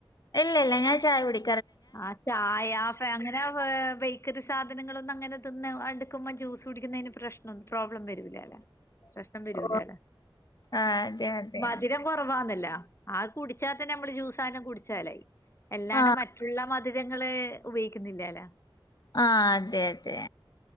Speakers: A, on the left (about 50°); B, on the left (about 30°).
A: ഇല്ല ഇല്ല ഞാൻ ചായ കുടി
B: ആ ചായഫ അങ്ങനെ ബേക്കറി സാധനങ്ങളൊന്ന അങ്ങനെ തിന്ന് അടുക്കുമ്പോം ജ്യൂസ് കുടിക്കുന്നതിന് പ്രശ്നം പ്രോബ്ലം വരൂല്ലല്ലെ പ്രഷ്നം വരൂലല്ല
A: ഓ ആഹ് അതെ അതെ
B: മധുരം കൊറവാന്നല്ലേ ആ കുടിച്ചാൽ തന്നെ നമ്മള് ജ്യൂസാനം കുടിച്ചാലായി എല്ലാണ്ട്
A: ആഹ്
B: മറ്റ വള്ള മധുരങ്ങള് ഉപയോഗിക്കുന്നില്ല അല്ല
A: ആ അതെ അതെ